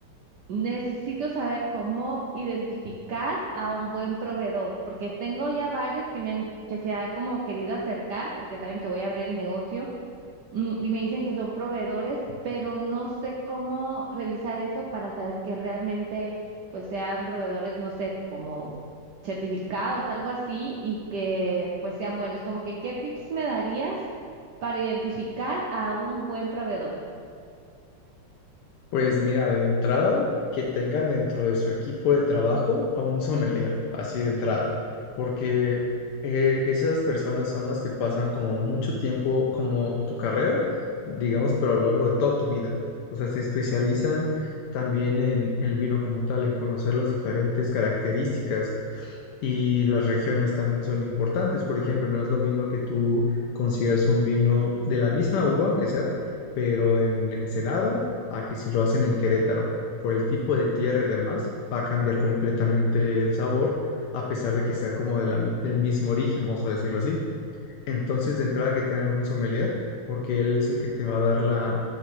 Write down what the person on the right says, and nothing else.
necesito saber cómo identificar a un buen proveedor porque tengo ya varios que, me han- que se han como querido acercar porque saben que voy a abrir el negocio mm, y me dicen que son proveedores, pero no sé cómo revisar eso para saber que realmente pues sean proveedores, no sé, como certificados, algo así, y que pues sean buenos. Como que, ¿qué tips me darías para identificar a un buen proveedor?